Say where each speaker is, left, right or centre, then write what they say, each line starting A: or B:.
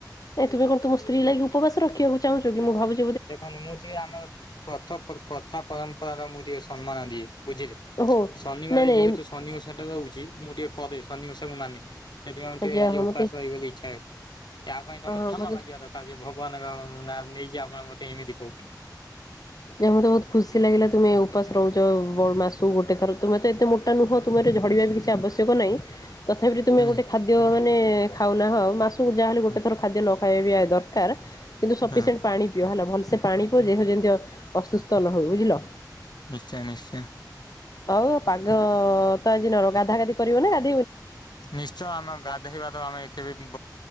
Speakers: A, on the left; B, on the left.
A: ନାଇଁ ତୁମେ କଣ ତୁମ ସ୍ତ୍ରୀ ଲାଗି ଉପବାସ ରଖିବାକୁ ଚାହୁଁଚ କି ମୁଁ ଭାବୁଚି
B: ଦେଖନ୍ତୁ ମୁଁ ଟିକେ ଆମର ପ୍ରଥ - ପ୍ରଥା ପରମ୍ପରା ର ମୁଁ ଟିକେ ସମ୍ମାନ ଦିଏ। ବୁଝିଲେ
A: ଓହୋ
B: ଶନିବାର
A: ନାଇଁ ନାଇଁ
B: ଯେହେତୁ ଶନି ଓଷା ଟା ରହୁଚି, ମୁଁ ଟିକେ କରେ ଶନି ଓଷାକୁ ମାନେ। <unintelligible>
A: ଯାହା
B: ଆଜି
A: ହଉ
B: ଉପାସ
A: ମତେ
B: ରହିବି ବୋଲି ଇଚ୍ଛା ତା ପାଇଁ ତମେ
A: ଅ
B: କ୍ଷମା
A: ମତେ
B: ମାଗିବା ଦରକାର ଯେ- ଭଗବାନଙ୍କ ନାଁ ନେଇଛି ଆପଣ ମୋତେ ଏମିତି କହୁଛନ୍ତି।
A: ଯ ମତେ ବହୁତ ଖୁସି ଲାଗିଲା ତୁମେ ଉପାସ ରହୁଛ ବଡ ମାସ ସବୁ ଗୋଟେ ଥର ତୁମେ ତ ଏତେ ମୋଟା ନୁହଁ, ତୁମର ଝଡିବା ବି କିଛି ଆବଶ୍ୟକ ନାହିଁ। ତଥାପି ତୁମେ
B: ହୁଁ
A: ଗୋଟେ ଖାଦ୍ୟ ମାନେ ଖାଉ ନାହାଁଉ, ମାସକୁ ଯାହାହଲେ ଗଟେ
B: ହୁଁ
A: ଥର ଖାଦ୍ୟ ନ ଖାଇବିଆ ଦରକାର କିନ୍ତୁ ସଫିଏସିଣ୍ଟ
B: ହଁ
A: ପାଣି ପିଅ ହେଲା, ଭଲସେ ପାଣି ପିଅ ଯେହ ଅସୁସ୍ଥ ନ ହଉ ବୁଝିଲ?
B: ନିଶ୍ଚୟ ନିଶ୍ଚୟ।
A: ହଉ ପାଗ ତ ଆଜି ନ ର ଗାଧା ଗାଧି କରିବ ନା ଗାଧ
B: ନିଶ୍ଚୟ ଆମେ ଗାଧୋଇବାର ଆମେ କେବେ ବି